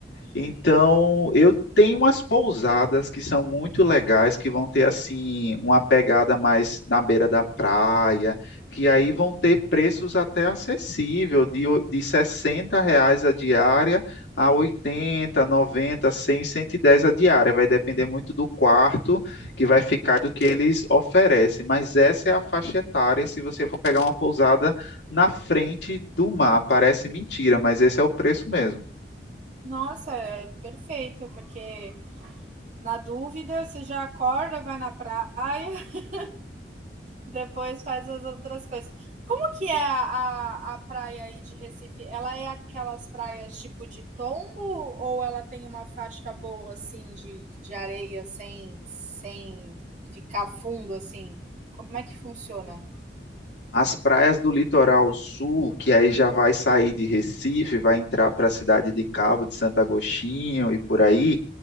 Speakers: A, on the left (about 70°); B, on the right (about 40°).
A: Então, eu tenho umas pousadas que são muito legais, que vão ter assim uma pegada mais na beira da praia, que aí
B: Hum.
A: vão ter preços até acessível, de, o- de 60 reais a diária a 80, 90, 100, 110 a diária. Vai depender muito do quarto que vai ficar e do que eles oferecem. Mas essa é a faixa etária se você for pegar uma pousada na frente do mar. Parece mentira, mas esse é o preço mesmo.
B: Nossa, é perfeito, porque Na dúvida, você já acorda, vai na praia, <laughs> depois faz as outras coisas. Como que é a, a, a praia aí de Recife? Ela é aquelas praias tipo de tombo ou ela tem uma faixa boa assim de, de areia sem, sem ficar fundo assim? Como é que funciona?
A: As praias do litoral sul, que aí já vai sair de Recife, vai entrar para a cidade de Cabo de Santo Agostinho e por aí,